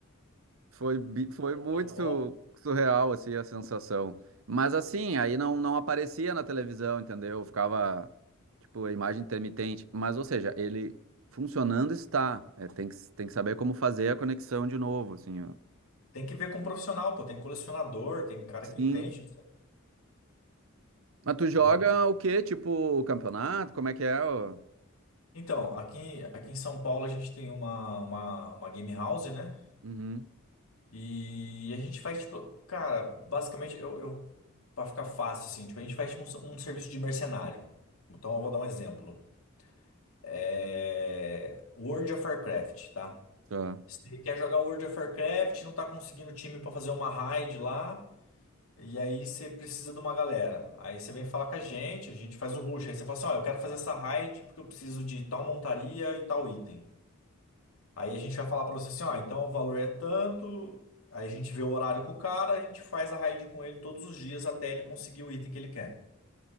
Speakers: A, on the right; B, on the left.
A: Foi, bi- foi muito
B: tá bom.
A: su- surreal, assim, a sensação. Mas, assim, aí não, não aparecia na televisão, entendeu? Ficava, tipo, a imagem intermitente. Mas, ou seja, ele funcionando está. É, tem que, tem que saber como fazer a conexão de novo, assim, ó.
B: tem que ver com um profissional, pô. Tem colecionador, tem cara
A: Sim.
B: que entende disso aí.
A: Mas tu joga
B: Porque-
A: o quê? Tipo, o campeonato? Como é que é? ó?
B: Então, aqui, aqui em São Paulo a gente tem uma, uma, uma game house, né?
A: Uhum.
B: E a gente faz, tipo, cara, basicamente, eu, eu, pra ficar fácil, assim, tipo, a gente faz tipo, um, um serviço de mercenário. Então eu vou dar um exemplo. É... World of Warcraft, tá?
A: Tá.
B: Você quer jogar World of Warcraft, não tá conseguindo time pra fazer uma raid lá, e aí você precisa de uma galera. Aí você vem falar com a gente, a gente faz o rush. Aí você fala assim, ó, eu quero fazer essa raid porque eu preciso de tal montaria e tal item. Aí a gente vai falar para você assim, ó, então o valor é tanto, aí a gente vê o horário com o cara, a gente faz a raid com ele todos os dias até ele conseguir o item que ele quer.